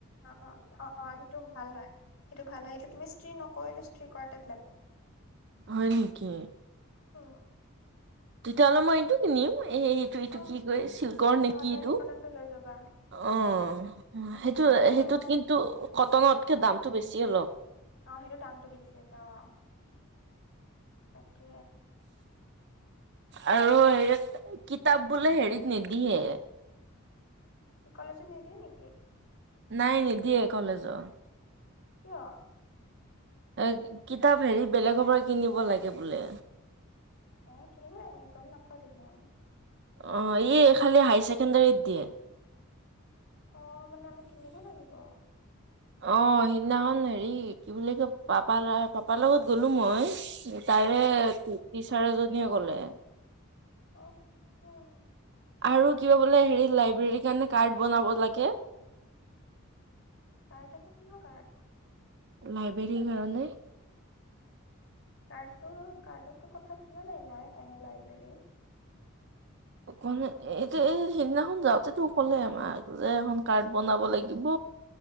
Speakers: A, on the left (about 75°); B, on the right (about 55°).
A: অ' অ' অ' অ' সেইটো ভাল হয়। সেইটো ভাল হয় সেইটো তুমি স্ত্ৰি নকৰিলেও স্ত্ৰি কৰাটাইপ লাগে।
B: হয় নেকি <inaudible>
A: অ'।
B: তেতিয়াহ'লে মই এইটো কিনিম। এই এইটো- এইটো
A: অ
B: কি কয় চিল্কৰ নেকি
A: অ তেলী
B: এইটো
A: কটনটো লৈ ল'বা
B: অ'
A: উম
B: সেইটো
A: কিয়নো
B: সেইটোত
A: মই
B: কিন্তু কটনতকে
A: উম
B: দামটো বেছি অলপ।
A: অ' সেইটো দামটো বেছি আছে অ', তাকে।
B: আৰু হেৰি কিতাপ বোলে হেৰিত নিদিয়ে।
A: কি কলেজে নিদিয়ে নেকি।
B: নাই নিদিয়ে কলেজত।
A: কিয়।
B: এ কিতাপ হেৰি বেলেগৰ পৰা কিনিব লাগে বোলে।
A: হে কিনিব লাগে নেকি, গম নাপাওঁ তেতিয়াহ'লে।
B: অ' ইয়ে খালি হায়াৰ ছেকেণ্ডাৰীত দিয়ে।
A: অ' মানে আমি কিনিব লাগিব।
B: অ' সিদিনাখন হেৰি কি বুলি কয় পাপা লগ পাপাৰ লগত গ'লো মই। তাৰে টিচাৰ এজনীয়ে ক'লে।
A: অ'।
B: আৰু কিবা বোলে হেৰি লাইব্ৰেৰী কাৰণে কাৰ্ড বনাব লাগে।
A: কাৰ্ড আকৌ কিহৰ কাৰ্ত।
B: লাইব্ৰেৰীৰ কাৰণে।
A: কাৰ্ডটো কাৰ্ডৰতো কথা শুনা নাই- নাই এনে লাইব্ৰেৰীৰ।
B: ক এইটো এই সিদিনাখন যাওঁতে তো ক'লে মাক যে এখন কাৰ্ড বনাব লাগিব।